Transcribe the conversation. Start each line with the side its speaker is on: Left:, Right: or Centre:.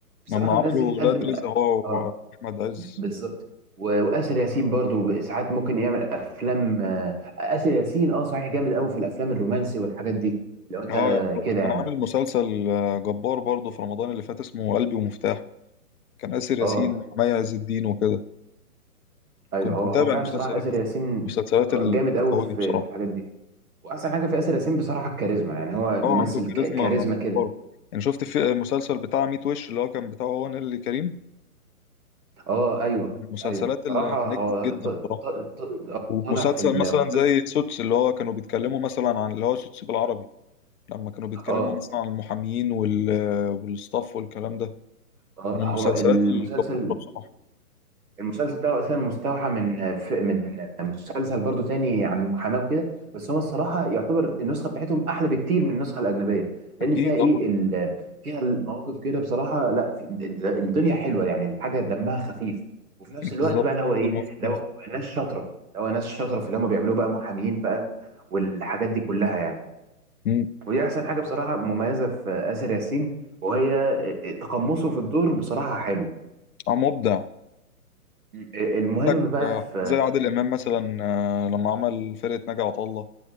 Right: بصراحة
Left: لما
Right: الناس
Left: عملوا
Right: دي بتقدم
Left: ولاد رزق هو
Right: اه
Left: واحمد عز
Right: بالظبط و- وآسر ياسين برضو ب- ساعات ممكن يعمل افلام آه، آسر ياسين اه صحيح جامد قوي في الافلام الرومانسي والحاجات دي لو انت
Left: اه يعتبر
Right: كده
Left: كان
Right: يعني
Left: عامل مسلسل آه، جبار برضه في رمضان اللي فات اسمه قلبي ومفتاحه كان آسر ياسين
Right: اه
Left: مع مي عز الدين وكده
Right: ايوه
Left: كنت
Right: هو
Left: متابع
Right: هو فعلا
Left: المسلسل
Right: بصراحة
Left: ده
Right: آسر ياسين
Left: المسلسلات
Right: آه،
Left: القوية
Right: جامد قوي في
Left: بصراحة
Right: في الحاجات دي واحسن حاجة في آسر ياسين بصراحة الكاريزما يعني هو ممثل
Left: هو عنده
Right: ك-
Left: كاريزما
Right: كاريزما كده
Left: جبارة يعني شفت في مسلسل بتاع ميت وش اللي هو كان بتاعه هو نيللي كريم
Right: اه ايوه
Left: من المسلسلات
Right: ايوه بصراحه
Left: اللي نجحت
Right: هو
Left: جدا
Right: ط-
Left: بصراحة
Right: ط- ط-
Left: ومسلسل
Right: طالع في المسلسل
Left: مثلا زي سوتس اللي هو كانوا بيتكلموا مثلا عن اللي هو سوتس بالعربي لما كانوا بيتكلموا
Right: اه
Left: مثلا عن المحامين وال والستاف والكلام ده
Right: آه،
Left: من المسلسلات
Right: هو المسلسل
Left: الجبارة بصراحة
Right: المسلسل ده هو اساسا مستوحى من ف- من مسلسل برضو تاني عن المحاماه وكده بس هو الصراحه يعتبر النسخه بتاعتهم احلى بكتير من النسخه الاجنبيه لان
Left: أكيد
Right: فيها ايه
Left: أه
Right: ال... فيها المواقف كده بصراحه لا في... د- د- الدنيا حلوه يعني الحاجه دمها خفيف وفي نفس الوقت
Left: بالظبط
Right: بقى اللي هو ايه
Left: كده ما
Right: اللي
Left: فيش
Right: هو ناس شاطره اللي هو ناس شاطره في اللي هم بيعملوه بقى محامين بقى والحاجات دي كلها يعني
Left: مم.
Right: ودي احسن حاجه بصراحه مميزه في اسر ياسين وهي تقمصه في الدور بصراحه حلو
Left: آه، مبدع
Right: المهم
Left: عندك
Right: بقى
Left: آه،
Right: في
Left: زي عادل إمام مثلا آه، لما عمل فرقة ناجي عطا الله